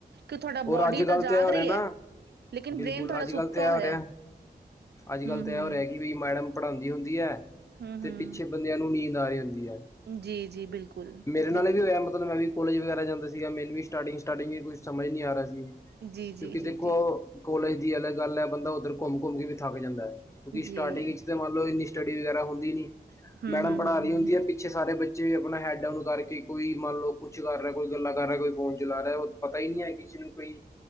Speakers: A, on the right; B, on the left.
A: ਕਿ ਤੁਹਾਡਾ,
B: ਔਰ
A: ਬੋਡੀ
B: ਅੱਜ ਕੱਲ੍ਹ
A: ਤਾਂ ਜਾਗ
B: ਤੇ ਇਹ ਹੋ
A: ਰਹੀ
B: ਰਿਹਾ ਨਾ
A: ਹੈਲੇਕਿਨ,
B: ਬਿਲਕੁਲ
A: ਬ੍ਰੇਨ ਤੁਹਾਡਾ
B: ਅੱਜ
A: ਸੁੱਤਾ
B: ਕੱਲ੍ਹ ਤੇ ਇਹ ਹੋ
A: ਹੋਇਆ
B: ਰਿਹਾ ਅੱਜ
A: ਹਮ
B: -ਕੱਲ੍ਹ ਤਾਂ
A: ਹਮ
B: ਇਹ ਹੋ ਰਿਹਾ ਕਿ, ਵੀ ਮੈਡਮ ਪੜ੍ਹਾਉਂਦੀ ਹੁੰਦੀ ਹੈ!
A: ਹਮ
B: ਅਤੇ
A: ਹਮ
B: ਪਿੱਛੇ ਬੰਦਿਆਂ ਨੂੰ ਨੀਂਦ ਆ ਰਹੀ ਹੁੰਦੀ ਹੈ
A: ਜੀ ਜੀ ਬਿਲਕੁਲ
B: ਮੇਰੇ ਨਾਲ
A: ਬਿਲਕੁਲ
B: ਵੀ ਹੋਇਆ, ਮਤਲਬ ਮੈਂ ਵੀ ਕੋਲੇਜ ਵਗੈਰਾ, ਜਾਂਦਾ ਸੀਗਾ ਮੈਨੂੰ ਵੀ ਸਟਾਰਟਿੰਗ- ਸਟਾਰਟਿੰਗ ਵੀ ਕੁਛ ਸਮਝ ਨਹੀਂ ਆ ਰਿਹਾ ਸੀ।
A: ਜੀ ਜੀ
B: ਕਿਉਂਕਿ
A: ਜੀ
B: ਦੇਖੋ
A: ਜੀ
B: ਕੋਲੇਜ ਦੀ ਅਲੱਗ ਗੱਲ ਹੈ, ਬੰਦਾ ਉੱਧਰ ਘੁੰਮ -ਘੁੰਮ ਕੇ ਵੀ ਥੱਕ ਜਾਂਦਾ ਹੈ ਕਿਉਂਕਿ, ਸਟਾਰਟਿੰਗ
A: ਜੀ
B: ਵਿੱਚ ਮੰਨ ਲਓ, ਇੰਨੀ ਸਟੱਡੀ ਵਗੈਰਾ ਹੁੰਦੀ ਨਈ,
A: ਹਮ
B: ਮੈਡਮ
A: ਹਮ
B: ਪੜ੍ਹਾ
A: ਹਮ
B: ਰਹੀ
A: ਹਮ
B: ਹੁੰਦੀ
A: ਹਮ
B: ਹੈ ਪਿੱਛੇ ਸਾਰੇ ਬੱਚੇ ਆਪਣਾ, ਹੈਡ ਡਾਊਨ ਕਰਕੇ ਕੋਈ ਮੰਨ ਲਓ, ਕੁੱਛ ਕਰ ਰਿਹਾ, ਕੋਈ ਗੱਲਾਂ ਕਰ ਰਿਹਾ, ਕੋਈ ਫੋਨ ਚਲਾ ਰਿਹਾ ਪਈ ਨਈ ਹੈ ਕਿਸੀ ਨੂੰ ਪਈ